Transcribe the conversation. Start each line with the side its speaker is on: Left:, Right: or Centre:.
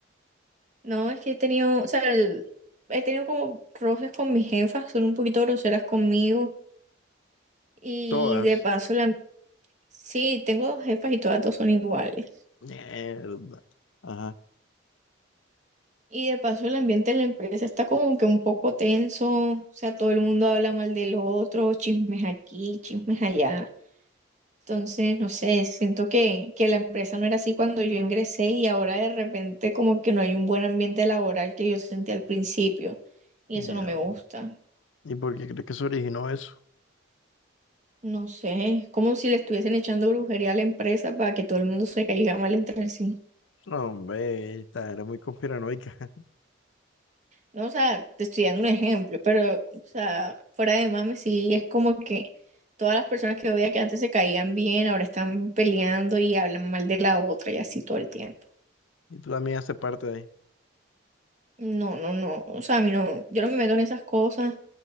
Right: No, es que he tenido, o sea, el- he tenido como roces con mis jefas, son un poquito groseras conmigo y
Left: Todas.
Right: de paso la, sí, tengo dos jefas y todas dos son iguales.
Left: Mierda. Ajá,
Right: Y de paso el ambiente en la empresa está como que un poco tenso, o sea, todo el mundo habla mal del otro, chismes aquí, chismes allá. Entonces, no sé, siento que, que la empresa no era así cuando yo ingresé y ahora de repente como que no hay un buen ambiente laboral que yo sentí al principio y
Left: mierda.
Right: eso no me gusta.
Left: ¿Y por qué crees que se originó eso?
Right: No sé, es como si le estuviesen echando brujería a la empresa para que todo el mundo se caiga mal entre sí.
Left: No, hombre, esta era muy conspiranoica. <laughs>
Right: No, o sea, te estoy dando un ejemplo, pero, o sea, fuera de mame, sí, es como que todas las personas que yo veía que antes se caían bien, ahora están peleando y hablan mal de la otra y así todo el tiempo.
Left: Y tú también haces parte de ahí.
Right: No, no, no, o sea, a mí no, yo no me meto en esas cosas.